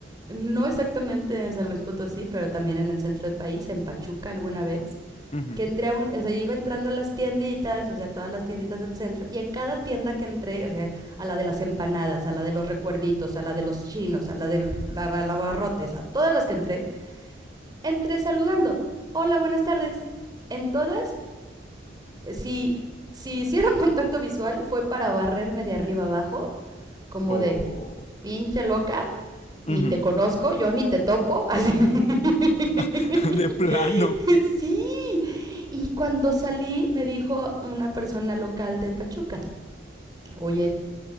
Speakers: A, on the right; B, on the left.
A: no exactamente en San Luis Potosí, pero también en el centro del país, en Pachuca alguna vez,
B: ujú,
A: que entré a un, o sea, iba entrando a las tienditas, o sea, todas las tienditas del centro, y en cada tienda que entré, o sea, a la de las empanadas, a la de los recuerditos, a la de los chinos, a la de los abarrotes, a todas las que entré, entre saludando. Hola, buenas tardes. En todas, si, si hicieron <laughs> contacto visual, fue para barrerme de arriba abajo, como
B: O...
A: de pinche loca,
B: ujú.
A: ni te conozco, yo ni te topo. Así. <laughs>
B: <laughs> De plano,
A: sí. Y cuando salí, me dijo una persona local de Pachuca. Oye,